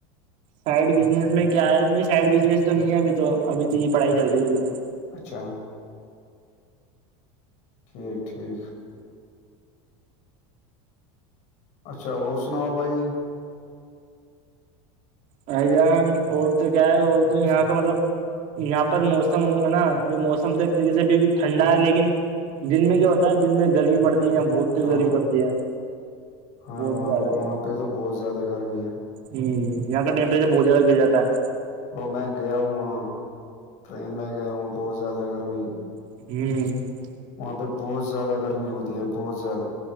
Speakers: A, on the right (about 50°); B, on the left (about 55°).
A: سائڈ بزنس میں کیا ہے نہیں سائڈ بزنس تو نہیں ہے ابھی تو ابھی تو یہ پڑھائی چل رہی ہے ابھی تو
B: اچھا ٹھیک ٹھیک اچھا اور سناؤ بھائی
A: بائی جان اور تو کیا ہے اور تو یہاں کا مطلب یہاں پر موسم نا جو موسم تو ایک طریقے سے ابھی بھی ٹھنڈا ہے لیکن دن میں کیا ہوتا ہے دن میں گرمی پڑتی ہے یہ بہت تیز
B: ہاں
A: گرمی پڑتی ہے
B: ہاں
A: بہت
B: وہاں
A: زیادہ
B: وہاں پہ تو بہت زیادہ گرمی ہے
A: ہ یہاں کا ٹیمپریچر بہت زیادہ گراتا ہے
B: وہ میں گیا ہوں وہاں ٹرین میں گیا ہوں بہت زیادہ گرمی
A: ہوں
B: وہاں پہ بہت زیادہ گرمی ہوتی ہے بہت زیادہ